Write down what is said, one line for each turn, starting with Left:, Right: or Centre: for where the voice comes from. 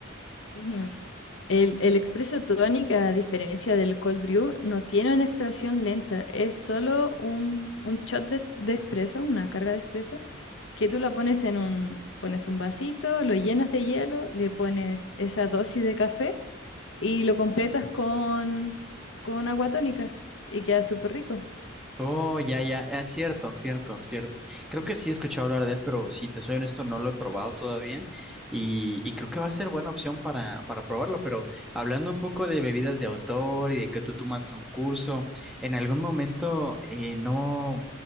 Left: Ujú. El, el espresso tonic, a diferencia del cold brew, no tiene una extracción lenta, es solo un, un shot de, de espresso, una carga de espresso que tú la pones en un, pones un vasito, lo llenas de hielo, le pones esa dosis de café y lo completas con, con agua tónica y queda súper rico.
Centre: Oh, ya, ya, es cierto, cierto, cierto. Creo que sí he escuchado hablar de él, pero si te soy honesto, no lo he probado todavía y, y creo que va a ser buena opción para, para probarlo, pero hablando un poco de bebidas de autor y de que tú tomaste un curso, ¿en algún momento eh, no,